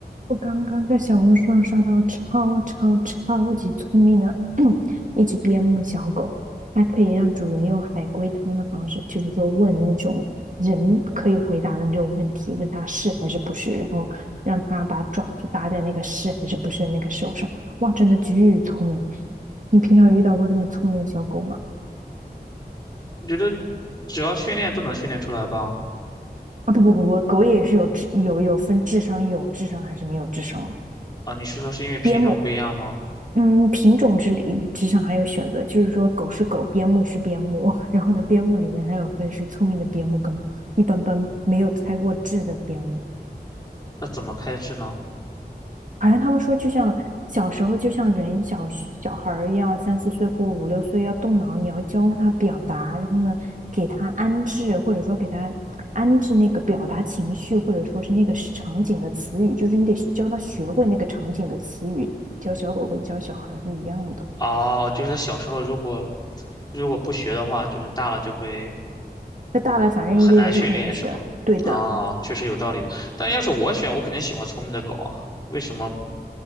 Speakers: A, on the right (about 50°); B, on the left (about 25°).
A: 我刚刚在小红书上刷到超超超级聪明的 <clears throat> 一只边牧小狗，它可以让主人用海龟汤的方式，就是说问那种人可以回答的那种问题，问他是还是不是，然后让他把爪子搭在那个是还是不是的那个手上。哇，真的巨聪明！你平常有遇到过这么聪明的小狗吗？
B: 我觉得只要训练都能训练出来吧？
A: 啊，不不不不，狗也是有智有有分智商有智商还是没有智商。
B: 啊，你是说是因为品种不一样吗？
A: 边牧嗯，品种之里之上还有选择，就是说狗是狗，边牧是边牧，<laughs> 然后呢，边牧里面还有分是聪明的边牧跟一般般没有开过智的边牧。
B: 那怎么开智呢？
A: 好像他们说，就像小时候，就像人小小孩儿一样，三四岁或五六岁要动脑，你要教他表达，然后呢，给他安置，或者说给他安置那个表达情绪，或者说是那个场景的词语，就是你得教他学会那个场景的词语，教小狗跟教小孩儿是一样的。
B: 哦，就是它小时候如果如果不学的话，就是大了就会
A: 那大了反正也也就很难学。
B: 很难训练，是吗？
A: 对的，
B: 啊，确实有道理的。但要是我选，我肯定喜欢聪明的狗啊。为什么？